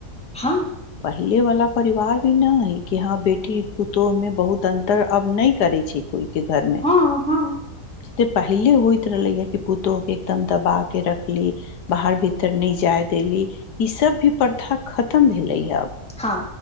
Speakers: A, in the centre; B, on the left (about 80°).
A: हँ
B: पहिलेवला परिवार भी नहि है कि हँ बेटी पुतहुमे बहुत अन्तर अब नहि करै छै कोइ के घरमे
A: हँ हँ
B: तऽ पहिले होइत रहले हे कि पुतोह के एकदम दबा के रखली बाहर भीतर न जाय दे देलि ई सब भी प्रथा खतम भेलै है अब
A: हँ